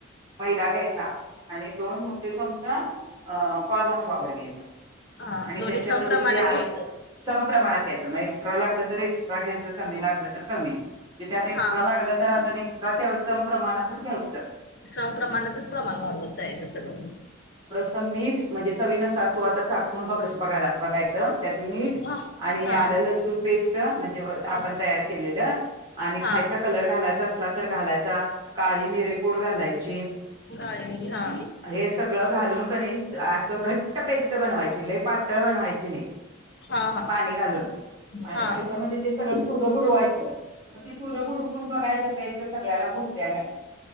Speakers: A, on the right; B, on the left.
A: मैदा घ्यायचा आणि दोन मोठे चमचा कॉर्न फ्लॉवर घ्यायचा.
B: हा
A: आणि
B: दोन्ही
A: त्याच्यामध्ये
B: समप्रमाणात
A: ते आ
B: घ्यायचं
A: सप्रणात घ्यायचं मग एक्स्ट्रा लागलं तर एक्स्ट्रा घ्यायचं कमी लागलं तर कमी. म्हणजे त्यात एक्स्ट्रा
B: हा
A: लागलं तर अजून एक्स्ट्रा त्या संम प्रमाणातच घ्यायचं.
B: सप्रमाणातच प्रमाण वाढबत जायचं सगळं.
A: ी म्हणजे चवीनुसार तो आता ून बघायचं त्यात मीठ
B: हा
A: आणि
B: हा
A: आलं लसूण पेस्ट म्हणजे, आपण
B: हा
A: तयार केलेलं आणि
B: हा
A: खायचा कलर घालायचा असला तर घालायचा काळी मिरे ूड घालायची
B: काळी मिरी हा
A: हे सगळं घालून क अस घट मो पेस्ट बणवायच लई पा बनवा नाही
B: हा हा
A: पाणी घालून आणि
B: हा
A: त्याच्यामध्ये ते सगळ तुर बुडवायचं मग ते तुर बुडवून बघायच त्याच्या सगळ्याला बुद्ध्या आहे.